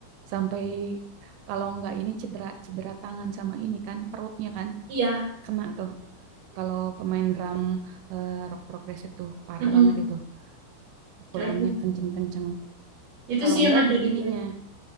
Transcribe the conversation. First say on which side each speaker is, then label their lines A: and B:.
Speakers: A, on the right; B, on the right.
A: Sampai kalau nggak ini cedera cedera tangan sama ini kan, perutnya kan
B: Iya.
A: kena tuh. Kalau pemain drum eh, rock progresif tuh parah
B: Mm-mm.
A: banget itu. Pukulannya
B: Kayak Itu
A: kenceng-kenceng.
B: Itu
A: Kalau
B: sih
A: enggak
B: yang ada
A: di
B: di
A: ininya,
B: playlist.